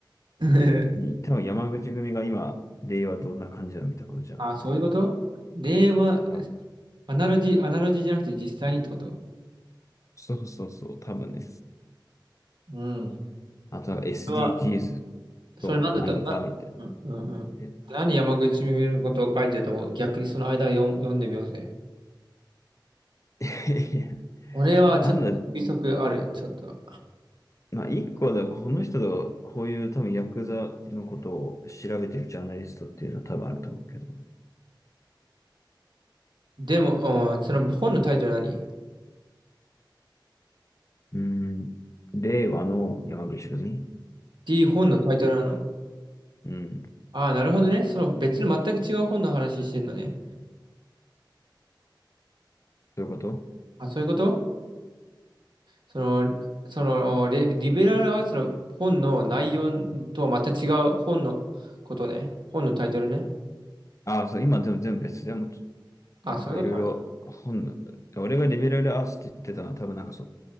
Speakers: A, on the right (about 70°); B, on the left (about 40°).
A: <laughs>
B: うん多分山口組が今、令和どんな感じなの見たことじゃなくて、
A: あ、そういうこと令和、
B: 多分
A: アナロジー、アナロジーじゃなくて実際にってこと
B: そうそうそう、多分ね。
A: うん。
B: あとなんか SDGs
A: それは、それなんだったな、
B: とは何かみたいな。
A: うんうんうん。
B: え
A: 何山口組のことを書いてると思う逆にその間を読、読んでみようぜ。
B: <laughs>
A: 俺はちょっと推測ある。
B: なんだ、
A: ちょっと。
B: まあ、一個だ、この人とこういう多分ヤクザのことを調べてるジャーナリストっていうのは多分あると思うけど。
A: でも、うんその本のタイトルは何 D
B: うん。令和の山口組。
A: 本のタイトルなの。
B: うん。
A: ああ、なるほどね。その別の全く違う本の話してんのね。
B: そういうこと
A: あ、そういうことその、そのレ、リベラルアーツの本の内容とはまた違う本のことね。本のタイトルね。
B: ああ、そう、今でも全部別。でも、ちなんかいろいろ本の、
A: あ、そういうことなの
B: 俺がリベラルアーツって言ってたのは多分なんかそう、